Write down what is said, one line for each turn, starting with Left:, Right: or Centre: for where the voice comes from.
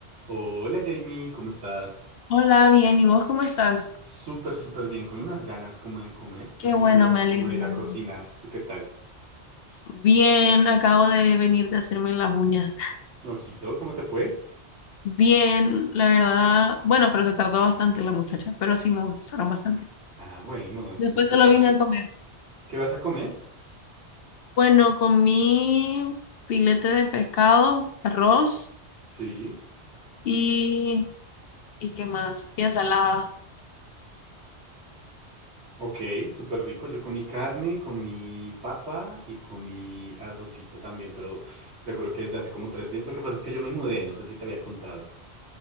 Right: Hola Jamie, ¿cómo estás?
Left: Hola, bien, ¿y vos cómo estás?
Right: Súper, súper bien, con unas ganas como de comer, tengo
Left: Qué bueno,
Right: unas ganas
Left: me alegro,
Right: como de ir
Left: la
Right: a
Left: verdad.
Right: cocinar. ¿Tú qué tal?
Left: Bien, acabo de venir de hacerme las uñas.
Right: Ojito, ¿cómo te fue?
Left: Bien, la verdad. Bueno, pero se tardó bastante la muchacha, pero sí me gustaron bastante.
Right: Ah, bueno, eso
Left: Después
Right: es lo importante.
Left: se lo vine a comer.
Right: ¿Qué vas a comer?
Left: Bueno, comí filete de pescado, arroz
Right: Sí,
Left: y... ¿Y qué más? Y ensalada.
Right: ok, súper rico. Yo comí carne, comí papa y comí arrocito también, pero te juro que desde hace como tres días. Lo que pasa es que yo me mudé, no sé si te había contado.